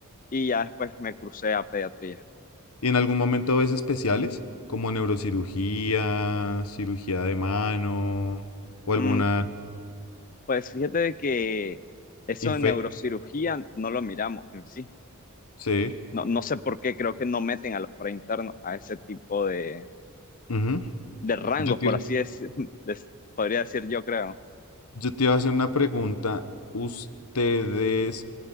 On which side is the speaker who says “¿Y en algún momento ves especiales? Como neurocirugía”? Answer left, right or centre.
Left